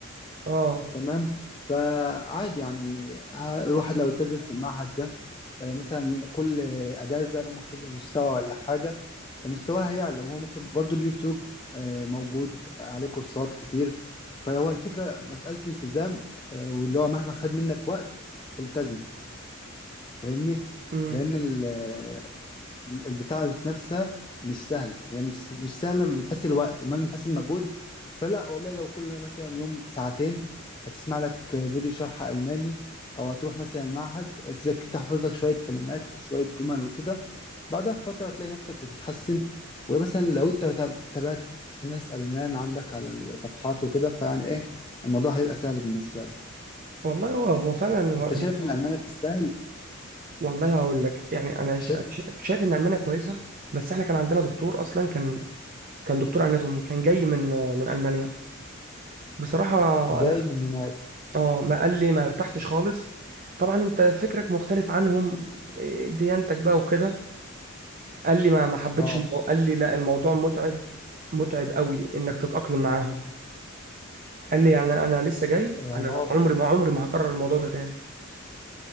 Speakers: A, on the right; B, on the left.
A: اه
B: تمام فعادي يعني آه، الواحد لو التزم في المعهد ده آه، مثلا كل اجازه يقوم واخد له مستوى ولا حاجه مستواها يعلى وهو ممكن برضو اليوتيوب آه، موجود عليه كورسات كتير فهو الفكرة مسألة الالتزام آه، واللي هو مهما خد منك وقت التزم فاهمني
A: امم
B: لأن ال- آه، البتاع ذات نفسها مش سهله هي مش مش سهله من حيث الوقت وما من حيث المجهود فلا والله لو كل مثلا يوم ساعتين هتسمع لك فيديو شرح الماني او هتروح مثلا المعهد تذاك- تحفظ لك شويه كلمات وشويه جمل وكده بعدها بفتره تلاقي نفسك بتتحسن ومثلا لو انت تاب- تابعت ناس المان عندك على الصفحات وكده فيعني ايه الموضوع هيبقى سهل بالنسبه لك
A: والله هو هو فعلا هو
B: انت شايف ان المانيا تستاهل
A: والله هقول لك يعني انا ش-
B: شايف
A: شايف شايف ان المانيا كويسه بس احنا كان عندنا دكتور اصلا كان كان دكتور اناتومي كان جاي من من المانيا بصراحه
B: جاي
A: اه
B: من هناك
A: آه، ما قال لي ما ارتحتش خالص طبعا انت فكرك مختلف عنهم إيه، ديانتك بقى وكده قال لي ما ما حبيتش
B: اه
A: المو- قال لي لا الموضوع متعب متعب قوي انك تتاقلم معاهم قال لي يعني انا لسه جاي
B: يعني
A: انا
B: هو
A: عمري ما عمري ما هكرر الموضوع ده تاني